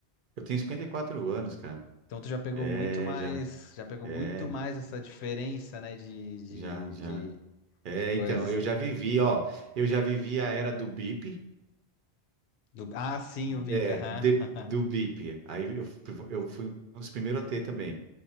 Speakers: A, on the right (about 60°); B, on the left (about 90°).
A: Eu tenho 54 anos, cara,
B: Então tu já pegou
A: é,
B: muito mais,
A: já,
B: já pegou
A: é,
B: muito mais essa diferença, né, de,
A: já, já,
B: de, de,
A: é,
B: de coisas.
A: então, eu já vivi, ó, eu já vivi a era do bip,
B: Do- Ah, sim, o VIP,
A: é,
B: aham.
A: de-
B: aham,
A: do bip, aí eu, fu- eu fui um dos primeiros a ter também,